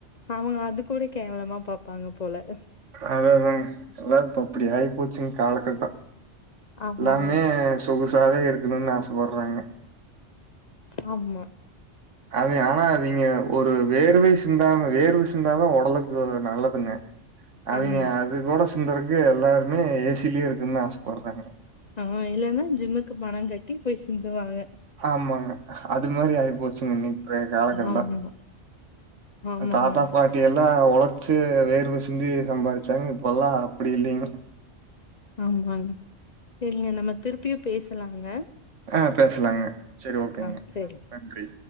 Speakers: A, on the left; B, on the right.
A: அவுங்க அது கூட கேவலமா பாப்பாங்க போல
B: அதாஅதாங் எல்லா இப்ப அப்டி ஆயி போச்சுங்க காலகட்டோ
A: ஆமாங்க
B: எல்லாமே சொகுசாவே இருக்கணுனு ஆசப்பட்றாங்க
A: ஆமா
B: அவே ஆனா அவிங்க ஒரு வேர்வை சிந்தாம வேர்வ சிந்தாதா ஒடலுக்கு நல்லதுங்க அவிங்க
A: ஆமா
B: அது கூட சிந்தருக்கு எல்லாருமே ஏசிலயே இருக்குன்னு ஆசப்பட்றாங்க
A: ஆ இல்லன்னா ஜிம்முக்கு பண கட்டி போய் சிந்துவாங்க
B: ஆமாங்க அது மாரி ஆய்ப்போச் சிங்னி இப்பய காலக்கட்டோ
A: ஆமா ஆமாங்க
B: தாத்தா பாட் டியெல்லா ஒழைச்சு வேர்வ சிந்தி சம்பாரிச்சாங்க இப்பல்லா அப்டி இல்லிங்க
A: ஆமாங்க சேரிங்க நம்ம திருப்பியு பேசலாங்க
B: ஆ பேசலாங்க சேரி ஓகேங்க
A: ஆ சரி
B: நன்றி